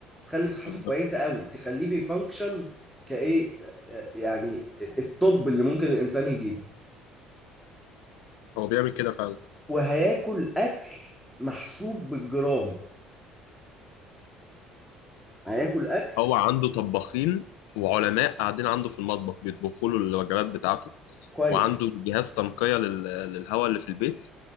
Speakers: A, in the centre; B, on the left.
A: تخلي صحته
B: بالظبط
A: كويسه قوي تخليه بيفانكشن كايه يعني الطب اللي ممكن الانسان يجيبه
B: هو بيعمل كده فعلا
A: وهياكل اكل محسوب بالجرام هياكل اكل
B: هو عنده طباخين وعلماء قاعدين عنده في المطبخ بيطبخوا له الوجبات بتاعته
A: كويس
B: وعنده
A: أوي،
B: جهاز تنقية لل... للهواء اللي في البيت